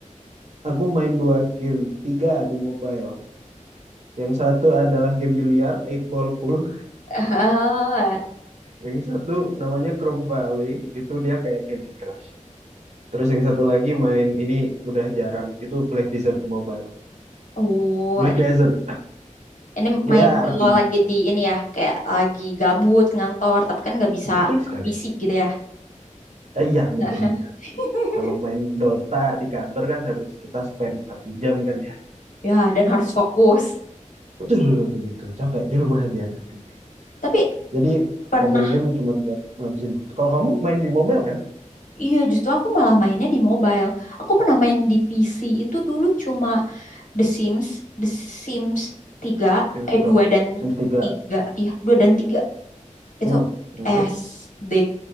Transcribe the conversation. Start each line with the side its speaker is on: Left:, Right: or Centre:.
Right: aku main dua game tiga di mobile Yang satu adalah game biliar, eight ball pool.
Left: Ah,
Right: Yang satu namanya Chrome Valley, itu dia kayak Candy Crush. Terus yang satu lagi main ini udah jarang, itu Black Desert Mobile.
Left: Oh,
Right: Black Desert,
Left: ini
Right: dia
Left: main
Right: RPG.
Left: kalau lagi di ini ya kayak lagi gabut ngantor tapi kan nggak bisa
Right: Betul sekali.
Left: PC gitu ya.
Right: Eh, iya,
Left: <laughs>
Right: betul sekali. Kalau main Dota di kantor kan harus kita spend satu jam kan ya.
Left: Ya, dan harus fokus.
Right: Betul, begitu. Capek di rumah aja nanti.
Left: Tapi
Right: Jadi
Left: pernah
Right: mobile game cuma buat ngabisin waktu. Kalau kamu main di mobile kan?
Left: Iya, justru aku malah mainnya di mobile. Aku pernah main di PC itu dulu cuma The Sims, The Sims tiga
Right: Sims
Left: eh
Right: berapa?
Left: 2 dan
Right: Sims 3.
Left: 3, Iya, 2 dan tiga Itu
Right: Hmm, oke.
Left: S D